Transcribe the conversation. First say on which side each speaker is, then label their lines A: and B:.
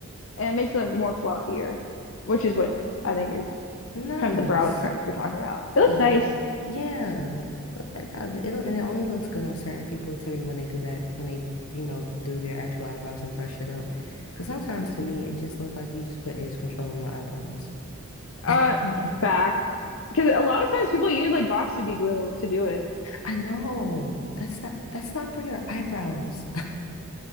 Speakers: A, on the left; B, on the left.
A: and it makes it look more fluffier, which is what I think you're
B: Nice.
A: kind of the brow trend you're talking about. It looks
B: Yeah,
A: nice.
B: yeah. But I, I, it, and it only looks good on certain people to me when they do that, when they, you know, do their actual eyebrows and brush it up. Because sometimes to me, it just look like you just put edge control on your eyebrows.
A: Uh,
B: <laughs>
A: back. Because a lot of times people use like Boxy glue to do it.
B: I know. That's not that's not for your eyebrows.